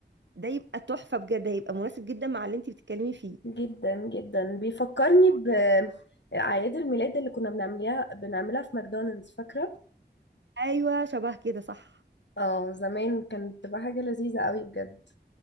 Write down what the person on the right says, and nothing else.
ده يبقى تحفة بجد هيبقى مناسب جدا مع اللي انت بتتكلمي فيه
آه، يعني
ايوه شبه كده صح